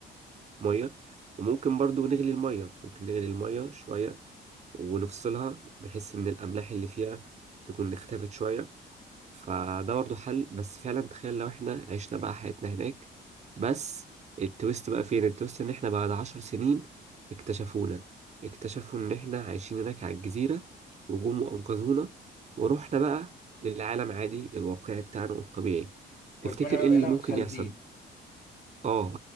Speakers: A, on the right; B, on the left.
A: المية وممكن برضه نغلي المية ممكن نغلي المية شوية ونفصلها بحيث إن الأملاح اللي فيها تكون اختفت شوية فده برضه حل بس فعلا تخيل لو احنا عشنا بقى حياتنا هناك بس التويست بقى فين التويست ان احنا بعد عشر سنين اكتشفونا اكتشفوا ان احنا عايشين هناك على الجزيرة وجم وانقذونا ورحنا بقى للعالم عادي الواقعي بتاعنا الطبيعي تفتكر
B: وربنا بقى
A: ايه اللي
B: بقينا
A: ممكن
B: متخلفين
A: يحصل اه